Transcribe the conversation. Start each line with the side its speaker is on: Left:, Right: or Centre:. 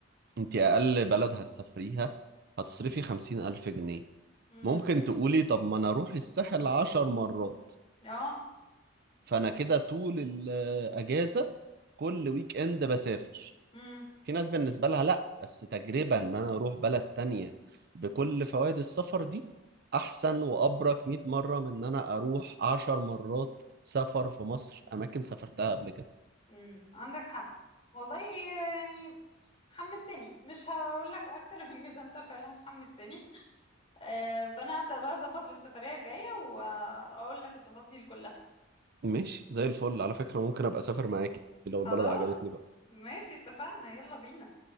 Right: انت اقل بلد هتسافريها هتصرفي خمسين الف جنيه
Left: امم
Right: ممكن تقولي طب ما انا اروح الساحل عشر مرات
Left: اه
Right: فانا كده طول الاجازة كل ويك اند بسافر
Left: امم
Right: في ناس بالنسبة لها لا بس تجربة ان انا اروح بلد تانية بكل فوائد السفر دي احسن وابرك 100 مرة من ان انا اروح عشر مرات سفر في مصر اماكن سافرتها قبل كده
Left: امم عندك حق والله يعني حمستني مش هقول لك اكتر من كده انت فعلا حمستني آه، فانا ابدا بقى اظبط للسفرية الجاية واقول لك التفاصيل كلها
Right: ماشي زي الفل على فكرة ممكن ابقى اسافر معاكي لو
Left: خلاص
Right: البلد عجبتني بقى.
Left: ماشي اتفقنا يلا بينا